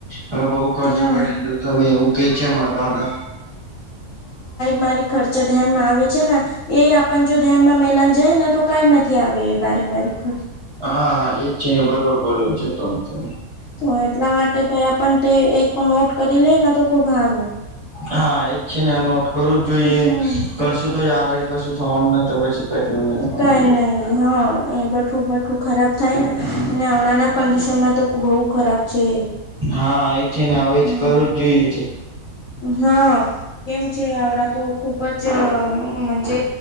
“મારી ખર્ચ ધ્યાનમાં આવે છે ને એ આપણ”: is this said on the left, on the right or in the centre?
Left